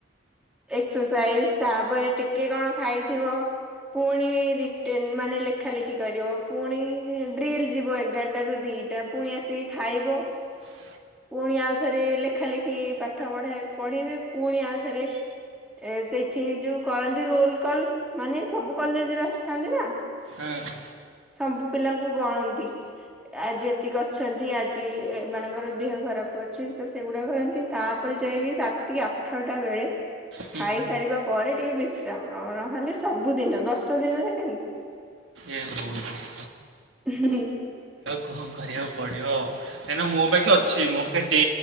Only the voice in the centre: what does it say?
ଏକ୍ସସାଇଜ ତାପରେ ଟିକେ କଣ ଖାଇଥିବ। ପୁଣି ରିଟେନ ମାନେ ଲେଖା ଲେଖି କରିବ ପୁଣି ଡ୍ରିଲ ଯିବ ଏଗାରଟ ରୁ ଦି ଟା। ପୁଣି ଆସିକି ଖାଇବ।
ପୁଣି ଆଉଥରେ ଲେଖା ଲେଖି ପାଠ ପଢା ପଢିବେ ପୁଣି ଆଉଥରେ। ଏ ସେଇଠି ଯୋଉ କରନ୍ତି ରୁଲ କଲ ମାନେ ସବୁ କଲେଜ ରୁ ଆସିଥାନ୍ତି ନା।
ସବୁ ପିଲାଙ୍କୁ ଗଣନ୍ତି। ଆଜି ଏତିକି ଅଛନ୍ତି ଆଜି ଏମାନାନଙ୍କର ଦେହ ଖରାପ ଅଛି ତ ସେଗୁଡା କରନ୍ତି ତା। <inaudible> ଯାଇକି ରାତି ଆଠଟା ବେଳେ।
ଖାଇସାରିବା ପରେ ଟିକେ ବିଶ୍ରାମ ନ ନହେଲେ ସବୁଦିନ ଦଶ ଦିନ ଯେ କେମିତି।
ହୁଁ।